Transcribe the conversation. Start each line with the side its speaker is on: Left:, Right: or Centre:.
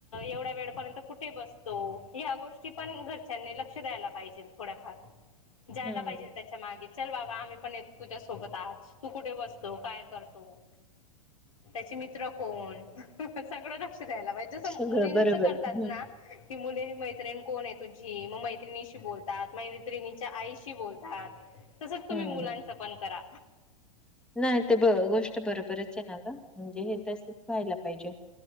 Left: एवढ्या वेळपर्यंत कुठे बसतो. ह्या गोष्टी पण घरच्यांनी लक्ष द्यायला पाहिजे थोड्याफार. जायला
Centre: हम्म
Left: पाहिजे त्याच्या मागे चल बाबा आम्ही पण ये- तो तुझ्यासोबत आज तू कुठे बसतो काय करतो. त्याचे मित्र कोण, सगळं- लक्ष द्यायला पाहिजे. जस
Centre: सगळं
Left: मुलींच
Centre: बरोबर
Left: करतात
Centre: हम्म
Left: ना- की मुली मैत्रिणी कोण आहे तुझी, मग मैत्रिणीशी बोलतात, मैत्रिणीच्या आईशी बोलता-. तसंच तुम्ही
Centre: हम्म.
Left: मुलांचं पण करा.
Centre: नाही ते ब गोष्ट बरोबरच आहे ना गं, म्हणजे हे तसच व्हायला पाहिजे.